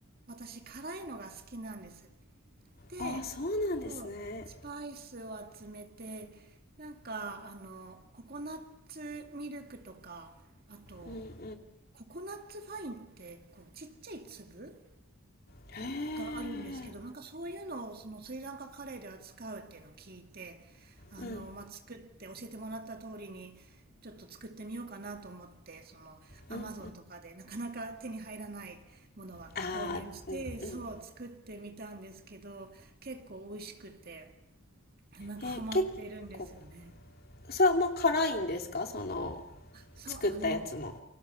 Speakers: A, on the right; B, on the left.
A: 私辛いのが好きなんです。で、
B: ああそうなんですね。
A: そう、スパイスを集めて、なんか、あの、ココナッツミルクとか、あと、
B: うんうん。
A: ココナッツファインって、こう、ちっちゃい粒
B: へえ、
A: があるんですけど、なんかそういうのをそのスリランカカレーでは使うっていうのを聞いて、あの、
B: うん
A: まあ、作って教えてもらった通りにちょっと作ってみようかなと思って、そのアマゾンとかでなかなか手に入らないものは購入して、
B: うんうん。ああ、うんうん。
A: そう作ってみたんですけど、結構美味しくて、なんかハマっているんですよね。
B: え、結構、それも辛いんですかその
A: そう、
B: 作ったやつも。
A: あの、